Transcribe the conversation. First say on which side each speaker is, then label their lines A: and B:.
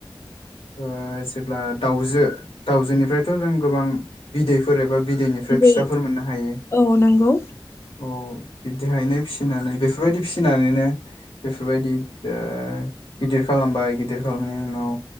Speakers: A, on the left; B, on the left.
A: ओ जेब्ला दाउजो दाउजोनिफ्रायथ' जों गोबां बिदैफोर एबा बिदैनिफ्राय
B: बिदै
A: फिसाफोर मोननो हायो
B: औ नंगौ
A: औ बिब्दिहायनो फिसिनानै बेफोरबायदि फिसिनानैनो बेफोरबायदि ओ गिदिर खालामबाय गिदिर खालामनायनि उनाव